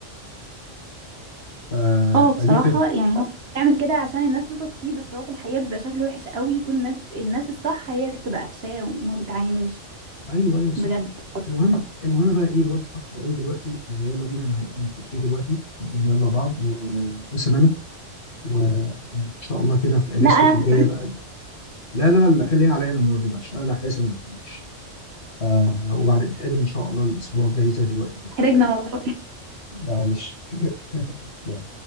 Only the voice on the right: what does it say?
اه بصراحه
يعني هو بيعمل كده عشان الناس تثق فيه بس هو في الحقيقه بيبقى شكله وحش قوي وكل الناس الناس الصح هي اللي بتبقى قفشاه وما بتعينوش
بجد
لا أنا-
حرجنا والله